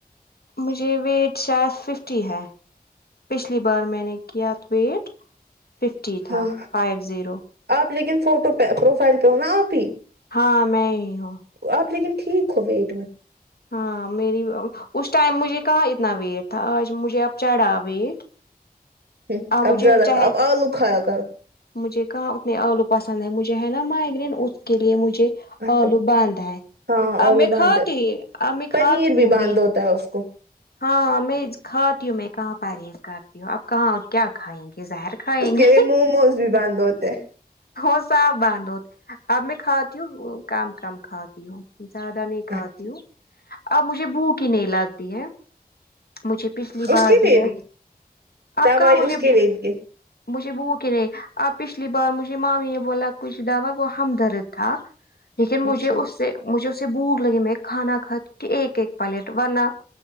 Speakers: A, on the left; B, on the right.
A: مجھے ویٹ شاید ففٹی ہے پچھلی بار میں نے کیا ویٹ ففٹی تھا
B: ہاں
A: فائیو زیرو
B: آپ لیکن فوٹو پہ پروفائل پہ ہ نا آپ ہی
A: ہاں میں ہی ہوں
B: آپ لیکن ٹھیک ہو ویٹ میں
A: ہاں میری اس ٹائم مجھے کہاں اتنا ویٹ تھا آج مجھے اب چڑھا ویٹ
B: ہ
A: اور مجھے
B: اب زیادہ
A: چاہے
B: کھ اب آلو کھایا کر
A: مجھے کہاں اتنے آلو پسند ہے مجھے ہے نا مائگرین اس کے لیے مجھے
B: اچھا
A: آلو بانھ ہے
B: ہاں
A: آ
B: آلو
A: میں
B: باند
A: کھاتی آ میں
B: پنیر
A: کھاتی ہوں
B: باند
A: بھی
B: ہوتا ہے اس کو
A: ہاں میں کھاتی ہوں میں کہاں پا رہی ہ اس گھر آپ کہاں کیا کھائیں گے زہر کھائیں
B: اس کے
A: گے
B: لیے موموز بھی باند ہوتے ہیں۔
A: ہو صاف بند ہو اب میں کھاتی ہوں کم کم کھاتی ہوں زیادہ نہیں کھاتی
B: اچھا
A: ہوں اب مجھے بھوک ہی نہیں لگتی ہے مجھے پچھلی
B: اس
A: بار
B: کے
A: دیا
B: لیے بھی
A: آپ
B: دوائی
A: کہاں مجھے
B: اس کے لیے بھی
A: مجھے بو کہہ آپ پچھلی بار مجھے مامی نے بولا کچھ دعوا وہ ہمدرد تھا لیکن مجھے
B: اچھا
A: اس سے مجھے اسے بھوک لگی میں کھانا کھا ایک ایک پلیٹ ورنہ